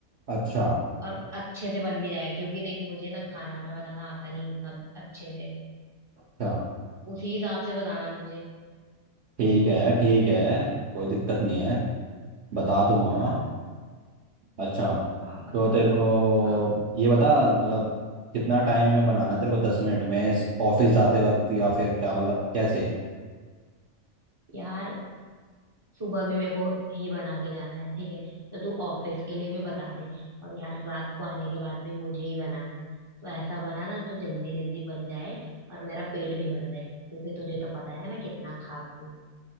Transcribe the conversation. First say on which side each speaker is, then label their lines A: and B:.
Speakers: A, on the right (about 60°); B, on the right (about 25°).
A: अच्छा
B: और अच्छे से बन भी जाए क्योंकि देख मुझे ना खाना वाना बनाना आता नहीं उतना अच्छे से
A: अच्छा
B: उसी हिसाब से बताना मुझे
A: ठीक है ठीक है कोई दिक्कत नहीं है बता दूंगा
B: हाँ
A: अच्छा
B: हाँ बता
A: तो तेरे
B: दे
A: को
B: हाँ
A: ये बता मतलब कितना टाइम में बनाना है तेरे को दस मिनट में ऑफिस जाते वक्त या फिर क्या मतलब कैसे
B: यार सुबह भी मेरे को ही बना के जाना है ठीक है तो तू ऑफिस के लिए भी बता दे और यार रात को आने के बाद भी मुझे ही बनाना है तो ऐसा बनाना जो जल्दी जल्दी बन जाए और मेरा पेट भी भर जाए क्योंकि तुझे तो पता है ना मैं कितना खाती हूँ